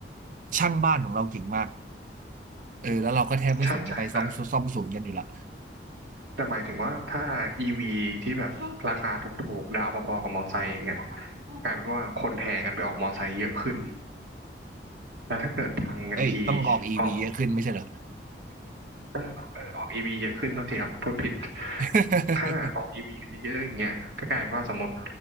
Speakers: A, on the right; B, on the right.
A: ช่างบ้านของเราเก่งมากเออแล้วเราก็แทบไม่สนจะไปซ่อมซ่อมศูนย์กันอยู่ละ
B: ใช่ใช่แต่ แต่หมายถึงว่าถ้า EV ที่แบบราคาถูกๆดาวพอๆกับมอไซค์อย่างเงี้ยกลายเป็นว่าคนแห่กันไปออกมอไซค์เยอะขึ้นแล้วถ้าเกิดพังกันที
A: เอ้ยต้องออกอีวีขึ้นไม่ใช่เหรอ
B: ออกเออเออออก EV เยอะขึ้นเท่าทีครับพูดผิด
A: <laughs>
B: ถ้าออก EV กันเยอะๆอย่างเงี้ยก็กลายเป็นว่าสมมติ